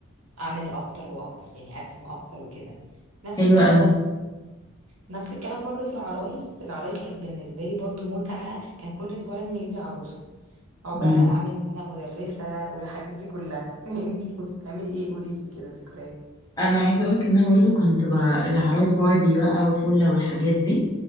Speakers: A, on the right (about 80°); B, on the left (about 15°).
A: اعمل اكتر واكتر يعني ارسم اكتر وكده نفس
B: حلوة
A: الكلام
B: قوي
A: برضو نفس الكلام برضو في العرايس العرايس كانت بالنسبة لي برضو متعة كان كل اسبوع لازم يجيب لي عروسة او بقى
B: مم.
A: اعمل ان انا مدرسة والحاجات دي كلها <laughs> انتي كنت بتعملي ايه قولي لي كده ذكريات
B: انا عايزة اقولك ان انا برضو كنت بقى العرايس باربي بقى وفلة والحاجات دي